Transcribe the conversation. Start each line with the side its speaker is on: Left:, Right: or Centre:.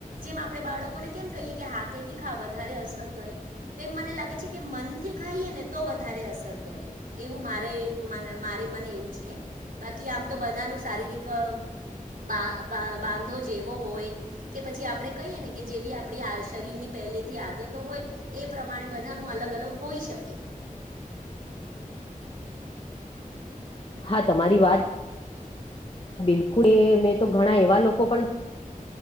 Right: જેમ આપણે બાળકોને કેમ કહીએ કે હાથેથી ખા વધારે અસર કરે તેમ મને લાગે છે કે. મનથી ખાઈ ને તો વધારે અસર કરે એવું મારે મારે મને એવું છે. બાકી આમ તો બધાનું શારીરિક બા. જેવો હોય કે પછી આપડણે કહીએ ને કે જેવી આપણી શરીરની પહેલેથી આદતો હોય એ પ્રમાણે બધાનું અલગ અલગ હોઈ શકે ઓકે
Left: છે હા તમારી વાત બિલકુલ એ મેં તો ઘણા એવા લોકો પણ